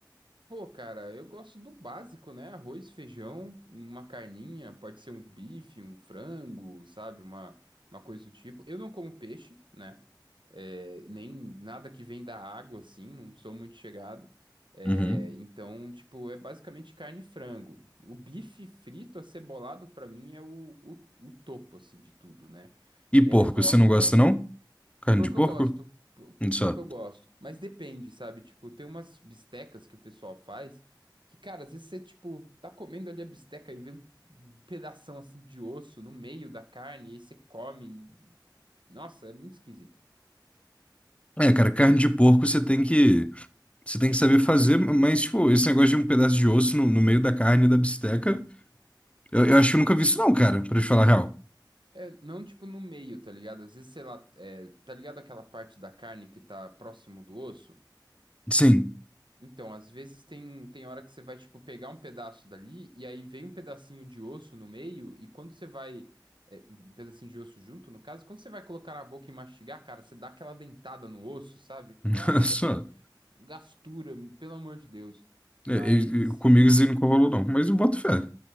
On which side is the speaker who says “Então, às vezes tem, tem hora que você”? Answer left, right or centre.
Right